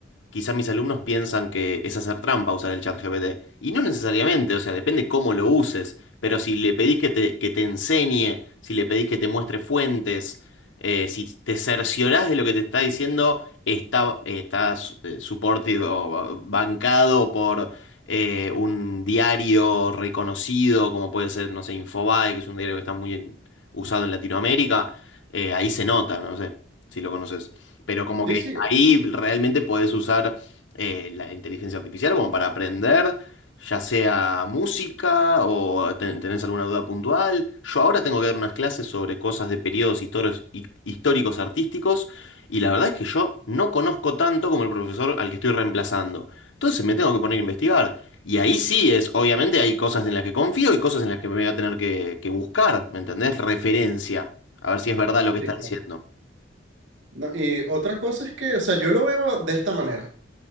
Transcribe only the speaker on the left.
quizá mis alumnos piensan que es hacer trampa usar el chat GPT. Y no necesariamente, o sea, depende cómo lo uses. Pero si le pedís que te, que te enseñe, si le pedís que te muestre fuentes, eh, si te cerciorás de lo que te está diciendo, está, eh, está su- eh, supported o ba- bancado por eh, un diario reconocido, como puede ser, no sé, Infobae, que es un diario que está muy en- usado en Latinoamérica. eh, ahí se nota, no sé si lo conoces. Pero como
que
Ahí realmente podés usar eh, la inteligencia artificial como para aprender, ya sea música o ten- tenés alguna duda puntual. Yo ahora tengo que dar unas clases sobre cosas de periodos históricos, hi- históricos artísticos y la verdad es que yo no conozco tanto como el profesor al que estoy reemplazando. Entonces me tengo que poner a investigar. Y ahí sí es, obviamente hay cosas en las que confío y cosas en las que me voy a tener que, que buscar, ¿me entendés? Referencia, a ver si es verdad lo que
está
diciendo.